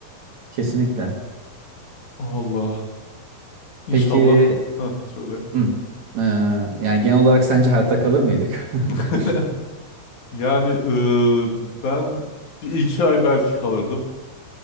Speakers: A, on the right; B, on the left.
A: Kesinlikle.
B: Allah. İnşallah.
A: Peki,
B: Heh, söyle.
A: hı, eee, yani genel olarak sence hayatta kalır mıydık?
B: <laughs>
A: <laughs>
B: Yani eee, ben bir iki ay belki kalırdım.